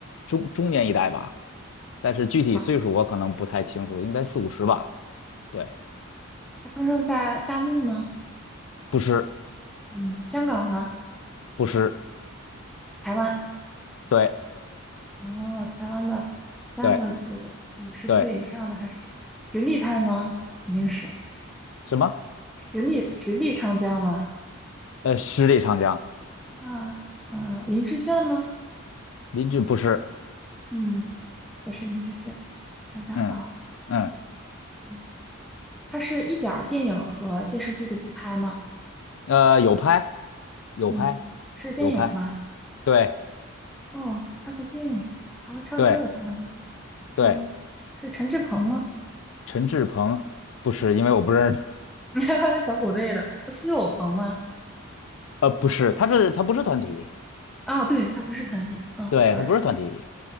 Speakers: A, on the left (about 65°); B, in the centre.
A: 中中年一代吧，但是具体岁数我可能不太清楚，
B: 好，
A: 应该四五十吧。对，
B: 他出生在大陆吗？
A: 不是
B: 嗯，香港吗？
A: 不是，
B: 台湾？
A: 对
B: 哦，台湾的三个字的五十岁以上的还是常实力派吗？
A: 对对，
B: 肯定是
A: 什么？
B: 实力实力唱将嘛。
A: 呃，十里长江，
B: 啊，呃，林志炫吗？
A: 林志不是，
B: 嗯，不是林志炫，想想啊，
A: 嗯嗯，
B: 嗯，他是一点儿电影和电视剧都不拍吗？
A: 呃，有拍有拍
B: 嗯，是电影吗？
A: 有拍，对
B: 哦，还拍过电影，还会唱歌的台湾的。
A: 对对，
B: 嗯，是陈志朋吗？
A: 陈志朋不是，因为我不认识，
B: <laughs> 小虎队的，是岳有朋吗？
A: 呃，不是，他是他不是团体，
B: 啊，对，他不是团体。啊，sorry。
A: 对，他不是团体，